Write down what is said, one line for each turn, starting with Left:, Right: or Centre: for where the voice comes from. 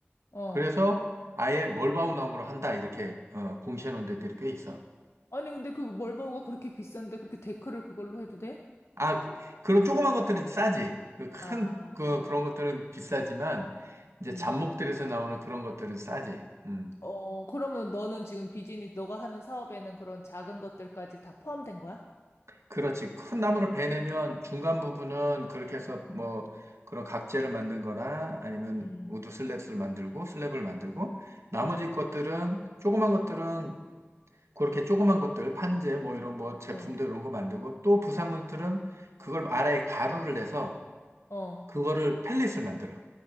Left: 어.
Right: 그래서 아예 멀바우 나무로 한다. 이렇게, 어, 공시해 놓은 데들이 꽤 있어.
Left: 아니, 근데 그 멀버우가 그렇게 비싼데 그렇게 데크를 그걸로 해도 돼?
Right: 아, 그, 그런 조그만 것들은 싸지. 그 큰,
Left: 아,
Right: 그,
Left: 조그만
Right: 그런
Left: 것들을.
Right: 것들은 비싸지만, 이제
Left: 음.
Right: 잡목들에서 나오는 그런 것들은 싸지. 음.
Left: 어, 그러면 너는 지금 비즈니스, 너가 하는 사업에는 그런 작은 것들까지 다 포함된 거야?
Right: 그렇지. 큰 나무를 베내면 중간 부분은 그렇게 해서 뭐,
Left: 응.
Right: 그런 각재를 만든 거나 아니면
Left: 음.
Right: 우드 슬랩을 만들고, 슬랩을 만들고, 나머지
Left: 어,
Right: 것들은, 조그만 것들은 그렇게 조그만 것들, 판재, 뭐 이런 뭐 제품도
Left: 어,
Right: 이런 거 만들고, 또 부산물들은 그걸 아래에 가루를 내서,
Left: 어.
Right: 그거를 펠릿을 만들어.